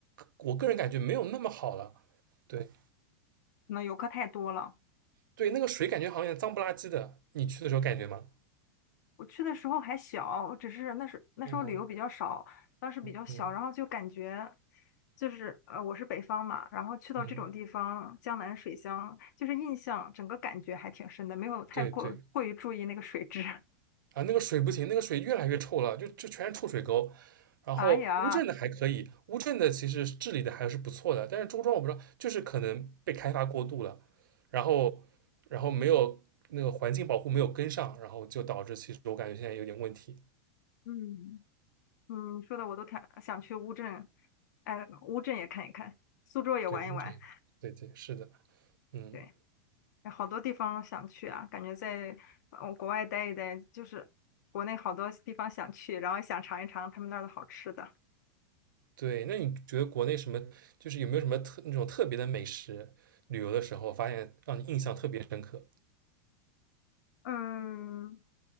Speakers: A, on the right; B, on the left.
A: 我个人感觉没有那么好了。对
B: 可能游客太多了。
A: 对，那个水感觉好像有点脏不拉几的，你去的时候感觉吗？
B: 我去的时候还小，只是那时那时候旅游比较少，
A: 嗯
B: 当时比较小，
A: 嗯
B: 然后就感觉就是呃，我是北方嘛，然后去到这种地方，
A: 嗯，
B: 江南水乡，就是印象整个感觉还挺深的，没有太过过于注意那个水质。
A: 对对
B: <laughs>
A: 啊，那个水不行，那个水越来越臭了，就就全是臭水沟。然后乌镇的还可以，
B: 哎呀，
A: 乌镇的其实治理的还是不错的，但是周庄我不知道，就是可能被开发过度了，然后然后没有那个环境保护没有跟上，然后就导致其实我感觉现在有点问题。
B: 嗯，嗯，说的我都挺想去乌镇，哎，乌镇也看一看，苏州也玩一玩。
A: 对乌镇，对对是的，嗯。
B: 对。好多地方想去啊，感觉在呃国外待一待，就是国内好多地方想去，然后也想尝一尝他们那儿的好吃的。
A: 对，那你觉得国内什么，就是有没有什么特那种特别的美食？旅游的时候发现让你印象特别深刻。
B: 嗯，